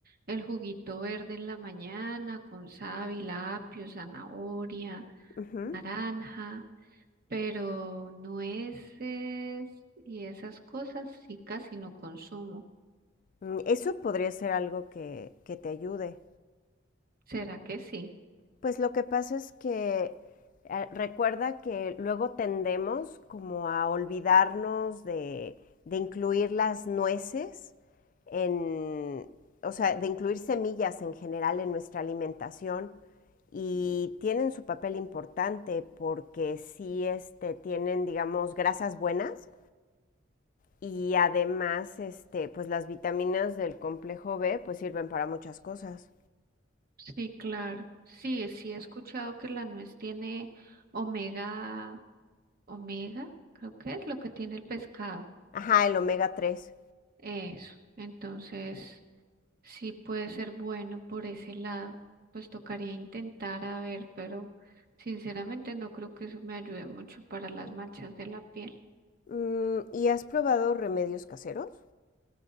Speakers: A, on the right; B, on the left.
A: el juguito verde en la mañana con sábila, apio, zanahoria,
B: Ujú.
A: naranja, pero nueces y esas cosas sí casi no consumo.
B: Mm, Eso podría ser algo que, que te ayude.
A: ¿Será que sí?
B: Pues lo que pasa es que eh, recuerda que luego tendemos como a olvidarnos de, de incluir las nueces en, o sea, de incluir semillas en general en nuestra alimentación y tienen su papel importante porque sí este, tienen, digamos, grasas buenas y además, este, pues las vitaminas del complejo B pues sirven para muchas cosas.
A: Sí, claro. Sí, sí he escuchado que la nuez tiene omega, omega, creo que es lo que tiene el pescado.
B: Ajá, el omega 3.
A: Eso. Entonces, sí puede ser bueno por ese lado. Pues tocaría intentar a ver, pero sinceramente no creo que eso me ayude mucho para las manchas de la piel.
B: Mm, ¿y has probado remedios caseros?